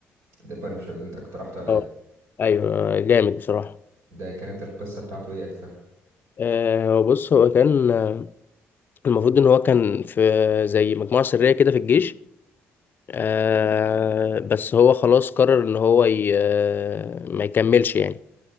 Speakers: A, on the right (about 80°); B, on the left (about 45°).
A: ده بانشر اللي انت اقترحته عليا
B: اه ايوه آه، جامد بصراحه
A: ده كانت القصة بتاعته ايه اكثر
B: آه بص هو كان آه، المفروض ان هو كان في زي مجموعه سريه كده في الجيش آه بس هو خلاص قرر ان هو ي... آه، ما يكملش يعني